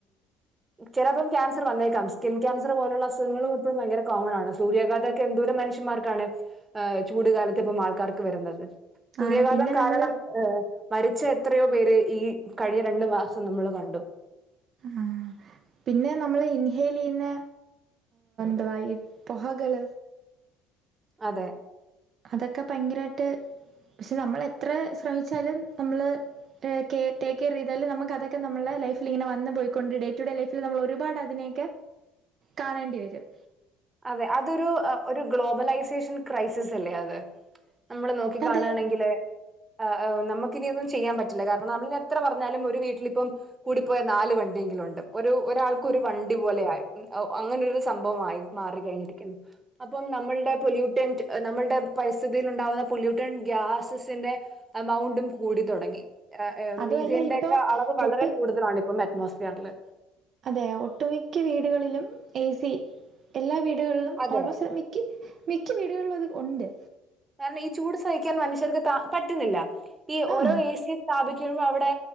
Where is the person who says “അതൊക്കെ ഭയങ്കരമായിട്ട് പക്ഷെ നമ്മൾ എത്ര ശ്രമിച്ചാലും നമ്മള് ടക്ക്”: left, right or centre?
Right